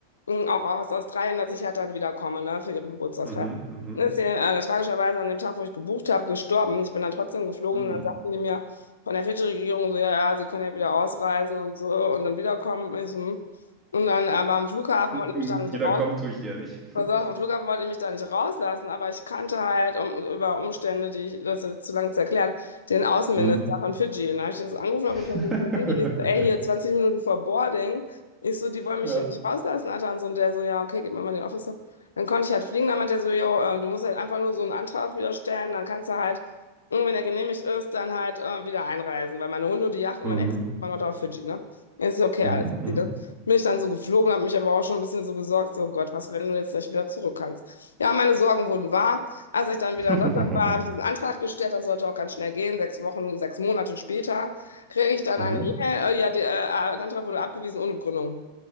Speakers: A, on the left (about 70°); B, on the right (about 15°).
A: mh, auch aus Australien, dass ich halt dann wiederkomme, ne, für ihre Geburtstagsfeier.
B: Mhm, mhm.
A: Dann Ist sie äh, tragischerweise an dem Tag, wo ich gebucht habe, gestorben. Ich bin dann trotzdem geflogen
B: Mhm.
A: und dann sagten die mir von der Fidschi-Regierung so, ja, ja, sie können ja wieder ausreisen und so und dann wiederkommen. Ich so, hm. Und dann äh, aber am Flughafen wollten die
B: Mhm,
A: mich dann nicht
B: Jeder
A: raus.
B: kommt, tue ich eher nicht.
A: Pass
B: <laughs>
A: auf, am Flughafen wollte ich mich da nicht rauslassen, aber ich kannte halt um, über Umstände, die ich, das ist jetzt zu lange zu erklären, den Außenminister
B: Mhm.
A: von Fidschi. Und da habe ich den so angerufen auf
B: <laughs>
A: dem persönlichen Handy. Ich so, ey, hier 20 Minuten vor Boarding. Ich so, die wollen mich
B: Ja.
A: hier nicht rauslassen, Alter. Und so, und der so, ja, okay, gib mir mal den Officer. Dann konnte ich halt fliegen. Dann meinte er so, jo, äh, du musst halt einfach nur so einen Antrag wieder stellen. Dann kannst du halt, und wenn er genehmigt ist, dann halt äh, wieder einreisen. Weil meine Hunde und die Yacht und
B: Mhm.
A: mein Ex war noch da auf Fidschi, ne? Ich so, okay,
B: Mhm.
A: alles
B: Mhm.
A: bin ich dann so geflogen, habe mich aber auch schon ein bisschen so gesorgt, so Gott, was, wenn du jetzt nicht wieder zurück kannst. Ja, meine Sorgen wurden wahr. Als ich dann wieder
B: <laughs>
A: in Deutschland war, habe ich diesen Antrag gestellt, das sollte auch ganz schnell gehen. Sechs Wochen, sechs Monate später kriege ich dann
B: Mhm.
A: eine E-Mail, äh, ja, der äh, der Antrag wurde abgewiesen ohne Begründung.